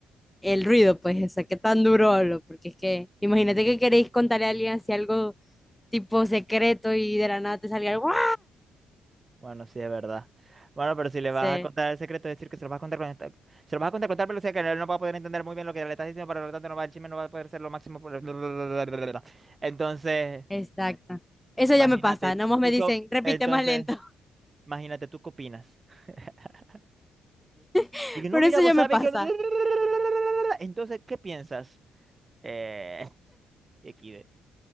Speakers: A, in the centre; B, on the right.
A: el ruido, pues, o sea, qué tan duro hablo, porque es que imagínate que queréis contarle a alguien así algo tipo secreto y de la nada te salga algo, ¡guau!
B: Bueno, sí, es verdad. Bueno, pero si le
A: Sí,
B: vas a contar el secreto, es decir que se lo vas a contar con esta- se lo vas a contar con tal velocidad que él no va a poder entender muy bien lo que le estás diciendo, pero lo tanto no va, el chisme no va a poder ser lo máximo. por- <laughs> Entonces,
A: exacto. Eso
B: imagínate,
A: ya me pasa, nomás
B: tú
A: me dicen,
B: qué, o-
A: repite
B: entonces,
A: más lento,
B: imagínate, ¿tú qué opinas? <laughs>
A: <laughs>
B: Dije, no,
A: pero
B: mira,
A: eso
B: vos
A: ya me
B: sabés
A: pasa.
B: que... <laughs> Entonces, ¿qué piensas? Eh, <laughs> XD.